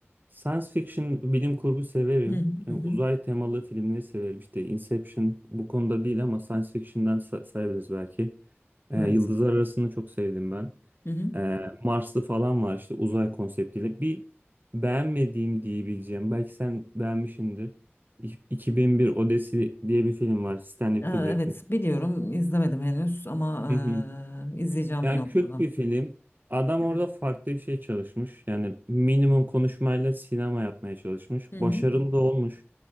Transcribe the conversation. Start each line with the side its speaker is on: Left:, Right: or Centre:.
Right: Science fiction, bilim kurgu severim.
Left: Hı hı. Hı
Right: E,
Left: hı.
Right: Uzay temalı filmleri severim. İşte Inception bu konuda değil ama science fiction'dan sa- sayabiliriz belki. E,
Left: Evet.
Right: Yıldızlar Arası'nı çok sevdim ben.
Left: Hı hı.
Right: E, Marslı falan var işte uzay konseptiyle. Bir beğenmediğim diyebileceğim. Belki sen beğenmişsindir. İ- 2001 Odesi diye bir film var Stanley
Left: Eee,
Right: Kubrick'in.
Left: evet biliyorum izlemedim henüz ama
Right: <laughs>
Left: eee, izleyeceğim
Right: Yani
Left: bir noktada.
Right: kült bir film. Adam orada
Left: Evet,
Right: farklı bir şey çalışmış. Yani minimum konuşmayla sinema yapmaya çalışmış.
Left: Hı hı.
Right: Başarılı da olmuş.